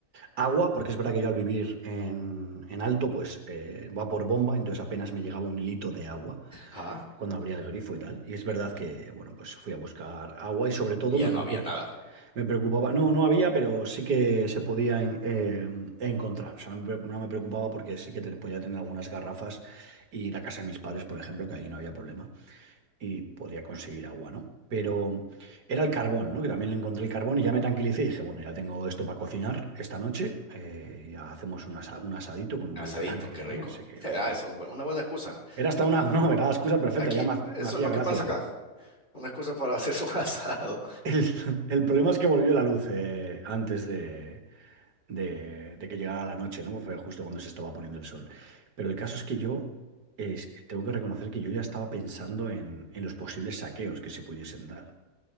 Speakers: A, on the right (about 80°); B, on the left (about 30°).
A: agua, porque es verdad que yo al vivir en, en alto, pues eh, va por bomba, entonces apenas me llegaba un hilito de agua
B: Ah,
A: cuando abría el grifo y tal. Y es verdad que, bueno, pues fui a buscar agua y sobre todo
B: y ya
A: me preocup-
B: no había nada.
A: me preocupaba, no, no había, pero sí que se podía en- eh, encontrar. O sea, no me, pre- no me preocupaba porque sí que te podía tener algunas garrafas y ir a casa de mis padres, por ejemplo, que ahí no había problema y podía conseguir agua, ¿no? Pero era el carbón, ¿no? Que también le encontré el carbón y ya me tranquilicé y dije, bueno, ya tengo esto para cocinar esta noche. eh, ya hacemos un, asa- un asadito con un
B: Un
A: poquito
B: Asadito,
A: de carne que
B: qué
A: tenía.
B: rico.
A: Así que
B: <laughs>
A: mm,
B: Eh, Ah, eso, bu- una buena excusa.
A: era hasta una, <laughs> no, era la excusa perfecta,
B: Aquí,
A: ya me, ha-
B: eso
A: me hacía
B: es lo que
A: gracia.
B: pasa acá. Una excusa para hacerse un <laughs> asado.
A: El, <laughs> el problema es que volvió la luz eh, antes de, de- de que llegara la noche, ¿no? Pues fue justo cuando se estaba poniendo el sol. Pero el caso es que yo eh, tengo que reconocer que yo ya estaba pensando en en los posibles saqueos que se pudiesen dar.